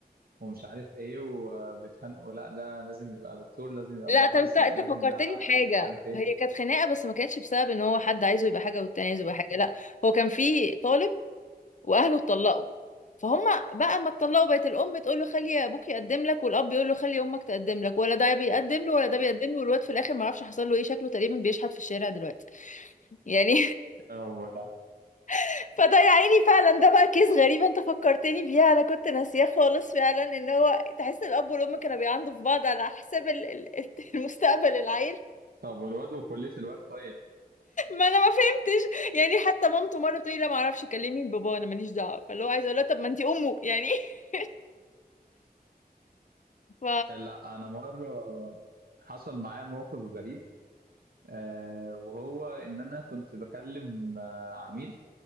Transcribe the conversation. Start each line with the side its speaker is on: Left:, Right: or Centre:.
Right: ومش عارف إيه وبيتخانقوا لا ده لازم يبقى دكتور لازم يبقى
Left: لا
Right: مهندس
Left: طب انت انت
Right: لا لازم
Left: فكرتني
Right: ده عايزينه
Left: بحاجه
Right: مش عارف إيه
Left: هي كانت خناقه بس ما كانتش بسبب ان هو حد عايزه يبقى حاجه والتاني عايزه يبقى حاجه لا هو كان في طالب واهله اتطلقوا فهم بقى ما اتطلقوا بقت الام تقول له خلي ابوك يقدم لك والاب يقول له خلي امك تقدم لك ولا ده بيقدم له ولا ده بيقدم له والواد في الاخر ما اعرفش حصل له ايه شكله تقريبا بيشحت في الشارع دلوقتي يعني
Right: يا ربنا
Left: <laughs> فده يا عيني فعلا ده بقى كيس غريب انت فكرتني بيها انا كنت ناسياه خالص فعلا ان هو تحس ان الاب والام كانوا بيعندوا في بعض على حساب ال- ال- <laughs> المستقبل العيل
Right: طب والواد وكلية الواد طيب
Left: ما انا ما فهمتش يعني حتى مامته مره بتقولي لا ما اعرفش كلمي بابا انا ماليش دعوه فاللي هو عايزه اقول لها طب ما انت امه يعني <laughs> ف
Right: لا أنا مرة حصل معايا موقف غريب آه وهو إن أنا كنت بكلم آه عميل